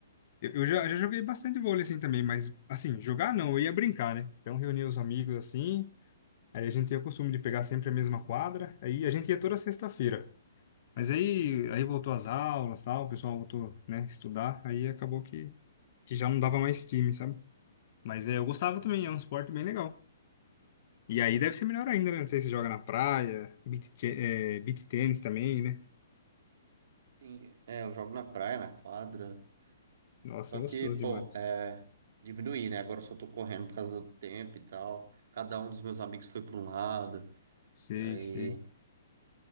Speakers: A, on the left (about 50°); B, on the right (about 60°).
A: Eu, eu já, já joguei bastante vôlei, assim, também, mas, assim, jogar não, eu ia brincar, né? Então, reunia os amigos, assim, aí a gente tinha o costume de pegar sempre a mesma quadra, aí a gente ia toda sexta-feira. Mas aí, aí voltou às aulas, tal, o pessoal voltou, né, estudar, aí acabou que, que já não dava mais time, sabe? Mas é, eu gostava também,
B: Entendi.
A: é um esporte bem legal. E aí deve ser melhor ainda, né? Não sei se joga na praia, beach, te- eh, beach tênis também, né?
B: Sim, é, eu jogo na praia, na quadra.
A: Nossa,
B: Só
A: é gostoso
B: que, pô,
A: demais.
B: é, diminuí, né? Agora eu só tô correndo por causa do tempo e tal. Cada um dos meus amigos foi pra um lado.
A: Sei,
B: Daí...
A: sei.